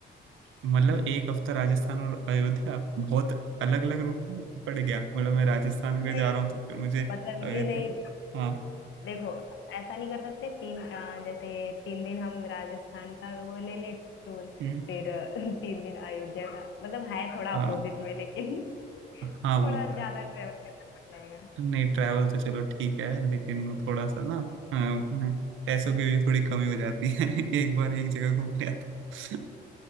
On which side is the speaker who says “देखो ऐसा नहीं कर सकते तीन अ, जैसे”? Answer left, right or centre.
Left